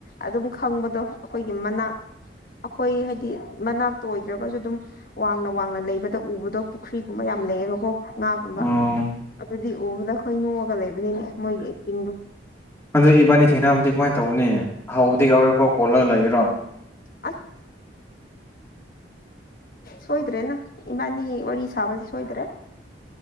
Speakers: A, on the left; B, on the left.
A: ꯑꯗꯨꯝ ꯈꯪꯕꯗꯣ ꯑꯩꯈꯣꯏꯒꯤ ꯃꯅꯥꯛ ꯑꯩꯈꯣꯏ ꯍꯥꯏꯗꯤ ꯃꯅꯥꯛꯇ ꯑꯣꯏꯗ꯭ꯔꯒꯁꯨ ꯑꯗꯨꯝ ꯋꯥꯡꯅ ꯋꯥꯡꯅ ꯂꯩꯕꯗ ꯎꯕꯗꯣ ꯄꯨꯈ꯭ꯔꯤꯒꯨꯝꯕ ꯌꯥꯝ ꯂꯩꯌꯦꯕꯀꯣ ꯉꯥꯒꯨꯝꯕ
B: ꯑꯣ
A: ꯑꯗꯨꯗꯤ ꯎꯕꯗ ꯑꯩꯈꯣꯏ ꯅꯣꯛꯑꯒ ꯂꯩꯕꯅꯤꯅꯦ ꯃꯣꯏꯒꯤ ꯑꯦꯛꯇꯤꯡꯗꯣ
B: ꯑꯗꯨ ꯏꯕꯥꯅꯤ ꯊꯦꯡꯅꯕꯗꯤ ꯀꯃꯥꯏꯅ ꯇꯧꯕꯅꯤ ꯍꯥꯎꯗꯤ ꯌꯥꯎꯔꯣꯏ ꯐꯣ ꯀꯣꯜꯂꯔ ꯂꯩꯈ꯭ꯔꯣ
A: ꯑ ꯁꯣꯏꯗ꯭ꯔꯦ ꯅ ꯏꯃꯅꯤ ꯋꯥꯔꯤ ꯋꯥꯔꯤ ꯁꯥꯕꯁ ꯁꯣꯏꯗ꯭ꯔꯦ